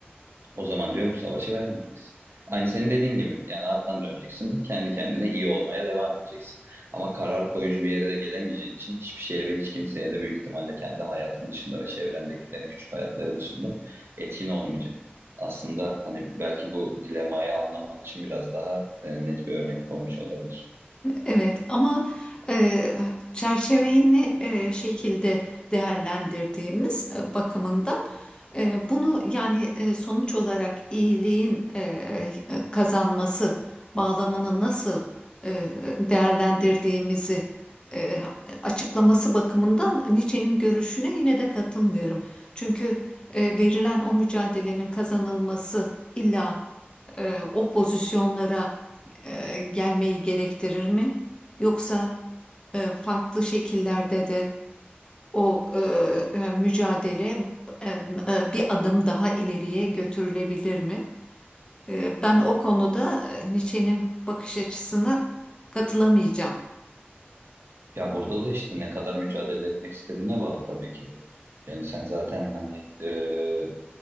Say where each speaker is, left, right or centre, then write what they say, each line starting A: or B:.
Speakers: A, on the right; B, on the left.
A: o zaman diyor bu savaşı vermeyeceksin. Aynı senin dediğin gibi. Yani arkan döneceksin. Kendi kendine iyi olmaya devam edeceksin. Ama karar koyucu bir yere de gelemeyeceğin için hiçbir şeye ve hiç kimseye de büyük ihtimalle kendi hayatın dışında ve çevrendekilerin küçük hayatları dışında etkin olmayacak. Aslında hani belki bu dilemayı anlaman için biraz daha e, net bir örnek olmuş olabilir.
B: Evet ama e, çerçeveyi ne e, şekilde değerlendirdiğimiz e, bakımından e, bunu yani e, sonuç olarak iyiliğin e, kazanması bağlamını nasıl e, değerlendirdiğimizi e, açıklaması bakımından Nietzsche'nin görüşüne yine de katılmıyorum. Çünkü e, verilen o mücadelenin kazanılması illa e, o pozisyonlara e, gelmeyi gerektirir mi? Yoksa e, farklı şekillerde de o e, e, mücadele e, e, bir adım daha ileriye götürülebilir mi? E, ben o konuda e, Nietzsche'nin bakış açısına katılamayacağım.
A: Ya burada da işte ne kadar mücadele etmek istediğine bağlı tabii ki bu. Yani sen zaten hani e,